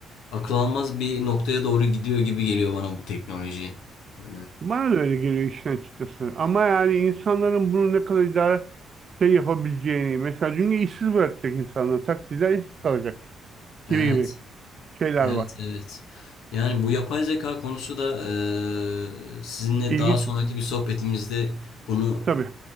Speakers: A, on the left; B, on the right.
A: akıl almaz bir noktaya doğru gidiyor gibi geliyor bana bu teknoloji. Eee,
B: Bana da öyle geliyor işin açıkçası. Ama yani insanların bunu ne kadar idare şey yapabileceğini, mesela çünkü işsiz bırakacak insanları, taksiciler işsiz kalacak
A: evet.
B: gibi gibi şeyler
A: Evet,
B: var.
A: evet. Yani bu yapay zeka konusu da eee, sizinle
B: İlginç
A: daha sonraki
B: bir konu.
A: bir sohbetimizde bunu
B: Tabii,